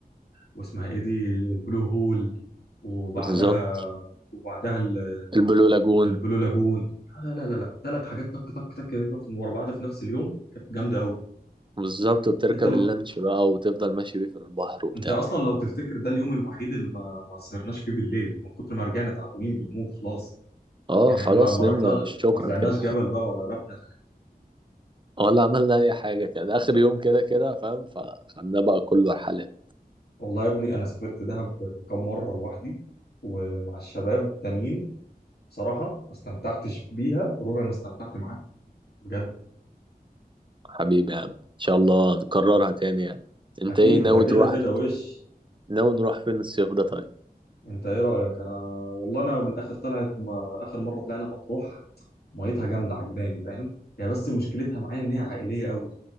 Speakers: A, on the left; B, on the right.
A: واسمها ايه دي البلو هول وبعدها
B: بالظبط
A: وبعدها ال-
B: البلو لاجون
A: البلو لاجون لا لا لا لا لا ثلاث حاجات تك تك تك ورا بعض في نفس اليوم كانت جامدة قوي
B: بالظبط وبتركب
A: انت
B: اللانش بقى وتفضل ماشي بيه في البحر وبتاع
A: انت اصلا لو تفتكر ده اليوم الوحيد اللي ما ما سهرناش فيه بالليل من كتر ما رجعنا تعبانين بنموت خلاص
B: اه
A: يعني
B: خلاص
A: احنا ما ما
B: نمنا
A: رحنا
B: شكرا
A: ما طلعناش
B: كده
A: جبل بقى ولا رحنا
B: ولا عملنا اي حاجة كده اخر يوم كده كده فاهم فخدنا بقى كله رحلات
A: والله يا ابني انا سافرت دهب كم مره لوحدي ومع الشباب تانيين بصراحه ما استمتعتش بيها وربع ما استمتعت معاك بجد
B: حبيبي يا عم ان شاء الله نكررها تاني يعني انت
A: اكيد
B: ايه ناوي
A: ده كده
B: تروح
A: كده وش
B: ناوي نروح فين الصيف ده طيب
A: انت ايه رايك انا والله انا من اخر طلعت ما اخر مره طلعنا مطروح ميتها جامده عجباني فاهم هي بس مشكلتها معايا ان هي عائليه قوي